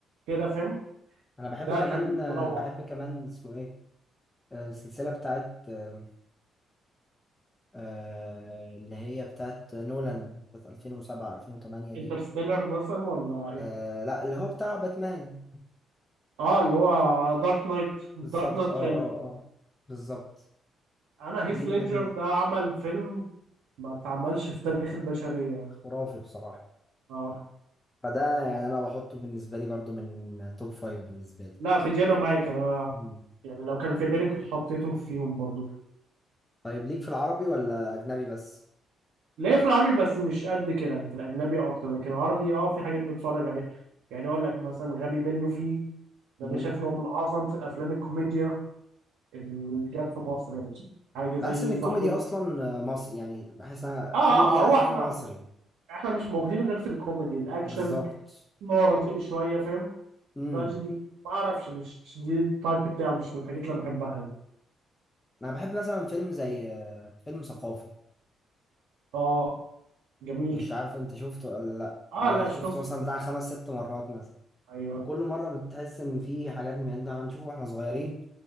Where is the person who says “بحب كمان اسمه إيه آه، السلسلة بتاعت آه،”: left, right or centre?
Left